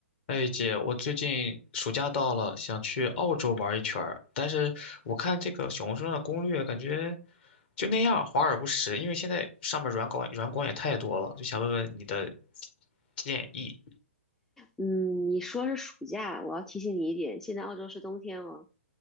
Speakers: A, on the left; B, in the centre.
A: 哎，姐，我最近暑假到了，想去澳洲玩一圈儿，但是我看这个小红书上的攻略，感觉就那样，华而不实。因为现在上面软广软广也太多了，就想问问你的建议。
B: 嗯，你说是暑假，我要提醒你一点，现在澳洲是冬天哦。